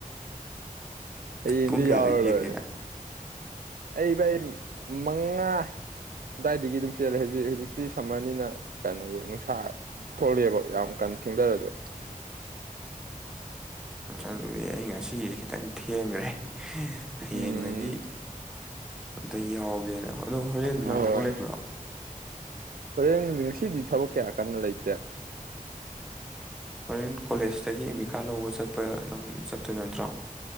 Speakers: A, on the right; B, in the centre.
A: ꯍꯌꯦꯡꯗꯤ
B: ꯄꯨꯡ ꯀꯌꯥꯗ
A: ꯌꯥꯎꯔ
B: ꯌꯦꯡꯒꯦꯅ
A: ꯂꯣꯏꯔꯦ ꯑꯩ ꯚꯥꯏ ꯃꯉꯥ ꯑꯗꯨꯋꯥꯏꯗꯒꯤ ꯑꯗꯨꯝ ꯆꯦꯜꯂꯦ ꯍꯧꯖꯤꯛ ꯍꯧꯖꯤꯛꯇꯤ ꯁꯝꯃꯔꯅꯤꯅ ꯀꯩꯅꯣꯁꯨ ꯅꯨꯡꯁꯥ ꯊꯣꯛꯂꯑꯦꯕ ꯌꯥꯝ ꯀꯟ ꯊꯦꯡꯗꯔꯁꯨ
B: ꯑꯗꯨꯗꯤ ꯑꯩ ꯉꯁꯤ ꯈꯤꯇꯪ ꯊꯦꯡꯒ꯭ꯔꯦ ꯍꯌꯦꯡꯗꯒꯤ
A: ꯎꯝ
B: ꯑꯗ ꯌꯥꯎꯒꯦꯅ ꯍꯣꯏ ꯑꯗꯣ ꯍꯣꯔꯦꯟꯗꯤ
A: ꯍꯣꯏ
B: ꯅꯪ ꯊꯕꯛ ꯂꯩꯕ꯭ꯔꯣ
A: ꯍꯣꯔꯦꯟ ꯉꯁꯤꯗꯤ ꯊꯕꯛ ꯀꯌꯥ ꯀꯟꯅ ꯂꯩꯇꯦ
B: ꯍꯣꯔꯦꯟ ꯀꯣꯂꯦꯖꯇꯒꯤ ꯑꯦꯃꯤꯀꯥꯠ ꯂꯧꯕ ꯆꯠꯄ ꯅꯪ ꯆꯠꯇꯣꯏ ꯅꯠꯇ꯭ꯔꯣ